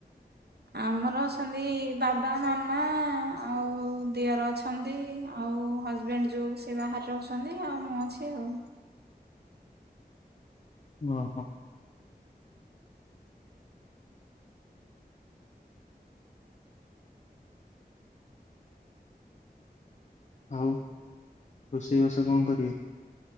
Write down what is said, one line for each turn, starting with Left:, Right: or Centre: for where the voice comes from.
Right: ଆମର ଅଛନ୍ତି ବାବା ମାମା ଆଉ ଦିଅର ଅଛନ୍ତି। ଅଛନ୍ତି ଆଉ ହଜବେଣ୍ଡ ଯୋଉ ସେ ବାହାରେ ରହୁଛନ୍ତି ଆଉ ମୁଁ ଅଛି ଆଉ।
Left: ଓହୋ। ଆଉ ରୋଷେଇବାସ କଣ କରିବେ?